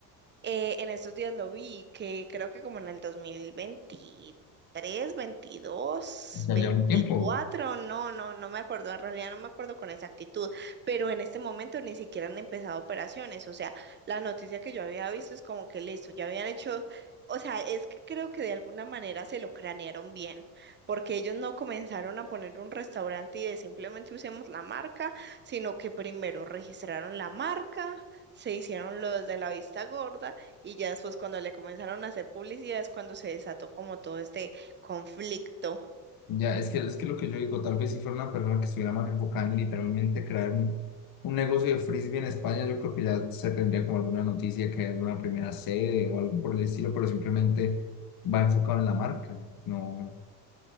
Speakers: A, on the right; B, on the left.
A: Eh, en estos días lo vi, que creo que como en el 2023, 22,
B: Ya
A: 24,
B: lleva un tiempo.
A: no, no, no me acuerdo, en realidad no me acuerdo con exactitud, pero en este momento ni siquiera han empezado operaciones, o sea, la noticia que yo había visto es como que listo, ya habían hecho, o sea, es que creo que de alguna manera se lo cranearon bien, porque ellos no comenzaron a poner un restaurante y de simplemente usemos la marca, sino que primero registraron la marca se hicieron los de la vista gorda y ya después cuando le comenzaron a hacer publicidad es cuando se desató como todo este conflicto.
B: Ya, es que es que lo que yo digo, tal vez si fuera una persona que estuviera más enfocada en literalmente crear un, un negocio de frisbee en España, yo creo que ya se tendría como alguna noticia que hay alguna primera sede o algo por el estilo, pero simplemente va enfocado en la marca. No,